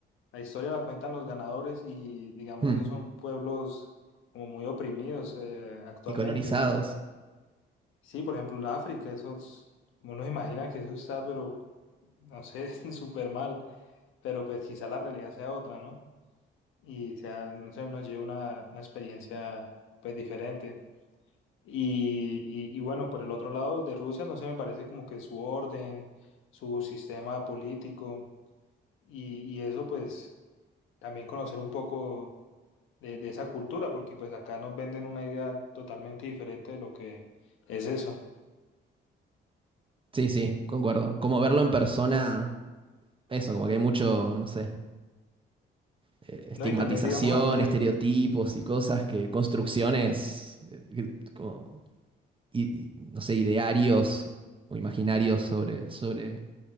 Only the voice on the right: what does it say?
Hmm.
Y colonizados.
Sí, sí, concuerdo. Como verlo en persona, eso, como que hay mucho, no sé, eh,
estigmatización,
estereotipos y cosas que, construcciones, eh, que- como, i- i- no sé, idearios o imaginarios sobre, sobre